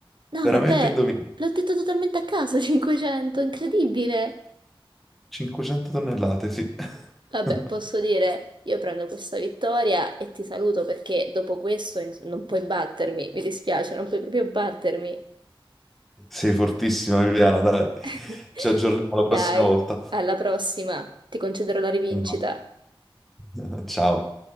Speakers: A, on the right; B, in the centre.
A: No,
B: Veramente
A: vabbè,
B: hai indovinato.
A: l'ho detto totalmente a caso, 500, incredibile.
B: 500 tonnellate, sì. <laughs>
A: Vabbè, posso dire, io prendo questa vittoria e ti saluto perché dopo questo ins- non puoi battermi, mi dispiace, non puoi proprio battermi.
B: Sei fortissima, Viviana, dai.
A: <laughs>
B: Ci aggiorniamo la
A: Dai,
B: prossima volta.
A: alla prossima, ti concederò la rivincita.
B: Un bacio. <laughs> Ciao.